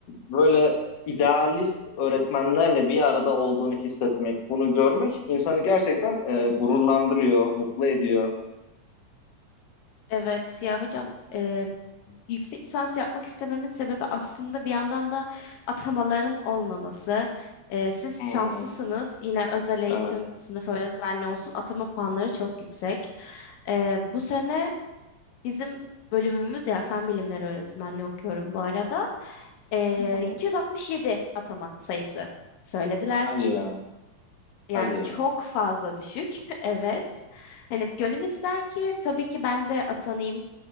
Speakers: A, on the left; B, on the left.
A: böyle idealist öğretmenlerle bir arada olduğunu hissetmek, bunu görmek insanı gerçekten e, gururlandırıyor, mutlu ediyor.
B: Evet ya hocam e, yüksek lisans yapmak istememin sebebi aslında bir yandan da atamaların olmaması. Ee, siz
A: Hmm,
B: şanslısınız. Yine özel eğitim
A: evet.
B: sınıf öğretmenliği olsun. Atama puanları çok yüksek. Ee, bu sene bizim bölümümüz ya fen bilimleri öğretmenliği okuyorum bu arada. Ee,
A: Hı.
B: 267 atama sayısı söylediler.
A: Hadi ya,
B: Yani
A: hadi ya.
B: çok fazla düşük. <laughs> Evet. Hani gönül ister ki tabii ki ben de atanayım